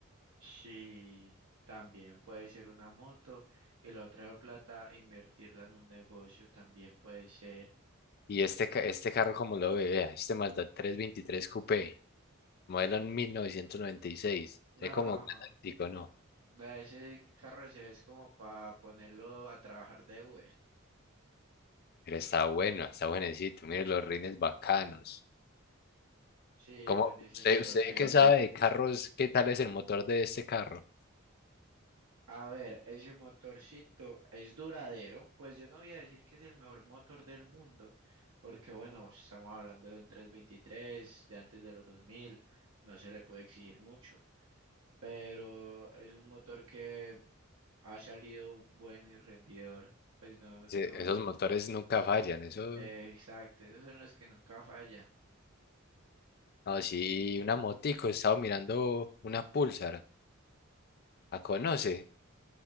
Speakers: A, on the right; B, on the left.
A: Sí, también puede ser una moto y la otra plata invertirla en un negocio, también puede ser
B: Y este, ca- este carro, como lo ve, vea, este Mazda trescientos veintitrés Coupé, modelo en mil novecientos noventa y seis
A: No,
B: Es como galáctico, ¿no?
A: vea, ese carro se es como para ponerlo a trabajar de Uber.
B: Pero está bueno, está buenecito. Mire los rines bacanos.
A: Sí,
B: ¿Cómo,
A: buenísimo
B: usted,
A: los
B: usted
A: rines.
B: qué sabe de carros, qué tal es el motor de este carro?
A: A ver, ese motorcito es duradero. Pues yo no voy a decir que es el mejor motor del mundo, porque bueno, pues, estamos hablando de un 323 de antes de los dos mil no se le puede exigir mucho, pero es un motor que ha salido bueno y rendidor. Pues no,
B: Ese-
A: no,
B: esos motores nunca fallan. Eso,
A: eh, exacto, esos son los que nunca fallan.
B: no, sí, una motico. He estado mirando una Pulsar. ¿La conoce?